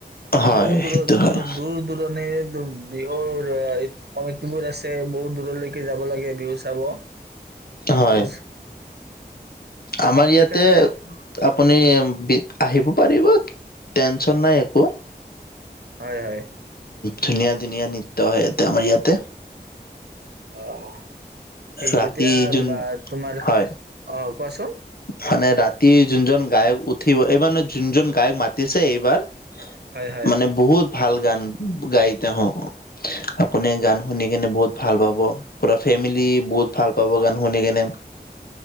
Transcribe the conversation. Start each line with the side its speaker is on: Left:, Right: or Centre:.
Left: হয়
Right: বহুত দূৰৰ
Left: সেইটো
Right: দূৰ
Left: হয়
Right: দূৰ দূৰণিৰ বিহুৰ এই কমিটিবোৰ আছে বহুত দূৰলৈকে যাব লাগে বিহু চাব।
Left: হয়।
Right: ওচ-
Left: আমাৰ
Right: সেইকাৰণে
Left: ইয়াতে আপুনি আহিব পাৰিব টেনচন নাই একো।
Right: হয় হয়।
Left: ধুনীয়া ধুনীয়া নৃত্য হয় ইয়াতে, আমাৰ ইয়াতে।
Right: অ' ঠিক
Left: ৰাতি
Right: এতিয়া
Left: যোন
Right: বা তোমাৰ
Left: হয়
Right: অ' কোৱাচোন
Left: মানে ৰাতি যোনজন গায়ক উঠিব, এইবাৰ ন যোনজন গায়ক মাতিছে এইবাৰ
Right: হয় হয়
Left: মানে বহুত ভাল গান গাই তেওঁ, আপুনি গান শুনি কেনে বহুত ভাল পাব পুৰা ফেমিলি বহুত ভাল পাব গান শুনি কেনে।